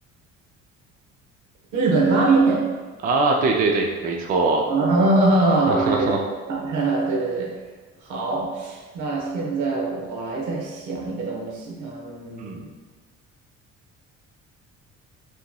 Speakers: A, on the right (about 75°); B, on the right (about 30°).
A: 日本拉面
B: 啊，对对对，没错。
A: 啊，
B: <laughs>
A: <laughs> 对对对，啊 <laughs> 对对对，好，那现在我来再想一个东西，嗯
B: 嗯，